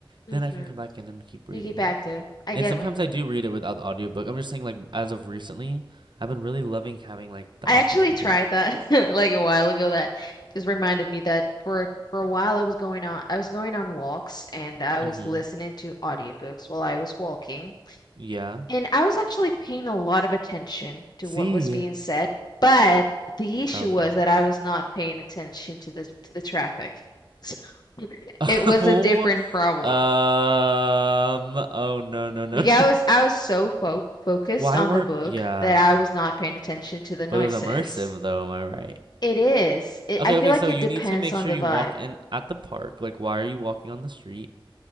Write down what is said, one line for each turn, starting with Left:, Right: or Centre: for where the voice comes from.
Left: hmm
Right: Then I can come back in and keep
Left: You
Right: reading
Left: keep active.
Right: it.
Left: I
Right: And
Left: get
Right: sometimes
Left: what you mean.
Right: I do read it without the audiobook. I'm just saying, like as of recently, I've been really loving having like the
Left: I
Right: author
Left: actually
Right: read
Left: tried
Right: it.
Left: that <laughs> like a while ago. That just reminded me that for for a while I was going on I was going on walks and I was
Right: Mm-hmm.
Left: listening to audiobooks while I was walking.
Right: Yeah.
Left: And I was actually paying a lot of attention to
Right: See.
Left: what was being said, but the issue
Right: Okay.
Left: was that I was not paying attention to the to the traffic. So <laughs>
Right: <laughs>
Left: it was
Right: Oh,
Left: a different problem.
Right: um, oh no, no, no.
Left: Like I was I was so fo focused
Right: <laughs> Why
Left: on
Right: weren't,
Left: the book
Right: yeah,
Left: that I was not paying attention to the noises.
Right: but it was immersive though, am I right?
Left: It is. It,
Right: Okay,
Left: I feel
Right: okay,
Left: like
Right: so
Left: it
Right: you
Left: depends
Right: need to make
Left: on
Right: sure
Left: the
Right: you
Left: vibe
Right: walk in at the park. Like, why are you walking on the street?